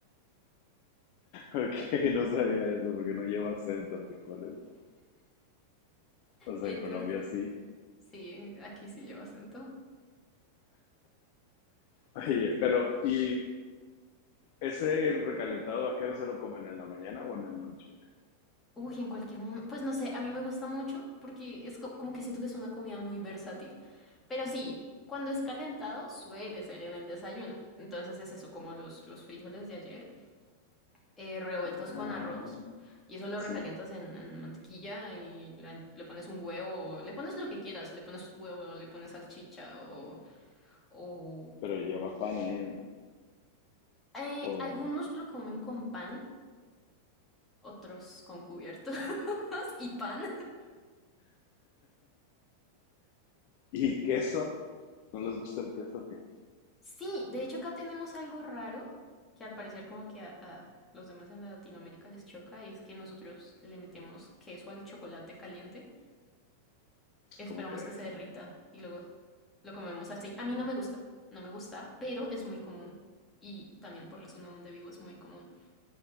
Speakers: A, on the left; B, on the left.
A: Ok, no sabía eso porque no lleva acento frijoles, ¿no? O sea,
B: Entonces,
A: en Colombia sí.
B: sí, aquí sí lleva acento.
A: Oye, pero ¿y ese recalentado a qué hora se lo comen? ¿En la mañana o en el lonche? o qué?
B: Uy, en cualquier momento. Pues no sé, a mí me gusta mucho porque es co- como que siento que es una comida muy versátil. Pero sí, cuando es calentado suele ser en el desayuno. Entonces es eso, como los, los frijoles de ayer. eh, revueltos
A: Ah,
B: con arroz.
A: muy bien.
B: Y eso lo
A: sí.
B: recalientas en, en mantequilla y la- le pones un huevo, le pones lo que quieras, le pones huevo, le pones salchicha o, o...
A: Pero lleva pan ahí, ¿no?
B: Eh,
A: O-
B: algunos lo comen con pan, otros con cubiertos <laughs> y pan.
A: ¿Y queso? ¿No les gusta el queso? o ¿Qué?
B: Sí, de hecho acá tenemos algo raro que al parecer como que a, a los demás en Latinoamérica les choca y es que nosotros le metemos queso al chocolate caliente. esperamos
A: ¿Cómo crees?
B: que se derrita y luego lo comemos así. A mí no me gusta, no me gusta, pero es muy común. Y también por la zona donde vivo es muy común,